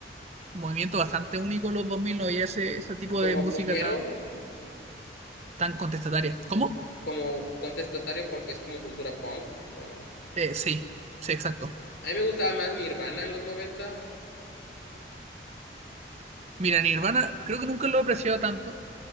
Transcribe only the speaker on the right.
movimiento bastante único en los 2000 no había ese, ese tipo
de música
tan, tan contestataria. ¿Cómo?
Eh, sí, sí, exacto.
Mira, Nirvana creo que nunca lo he apreciado tanto.